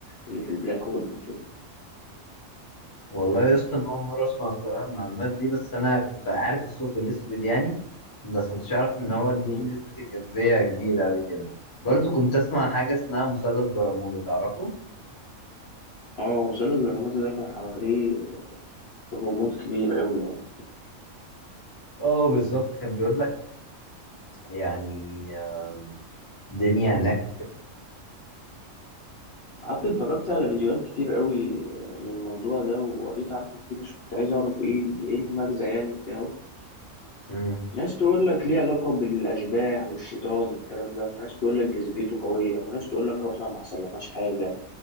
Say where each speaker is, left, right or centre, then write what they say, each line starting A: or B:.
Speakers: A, on the left (about 60°); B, on the left (about 25°).
A: اللي في البلاك هول دي سوري
B: والله يا اسطى انا اول مره اسمع الصراحه المعلومات دي بس انا كنت عارف الثقب الاسود يعني بس ما كنتش اعرف ان هو ان في
A: مم.
B: نسبه الجاذبيه كبيره قوي كده برضو كنت اسمع عن حاجه اسمها مثلث برمودا تعرفه
A: اه مثلث برمودا ده كان حواليه غموض كبير قوي يعني
B: اه بالظبط كان بيقول لك يعني آه، الدنيا هناك
A: قعدت اتفرجت على فيديوهات كتير قوي للموضوع ده وقريت عنه كتير عشان كنت عايز اعرف ايه ايه المغزى يعني بتاعه
B: آه،
A: ناس تقول لك ليه علاقة بالأشباح والشيطان والكلام ده وناس تقول لك جاذبيته قوية وناس تقول لك روحنا ما حصلناش حاجة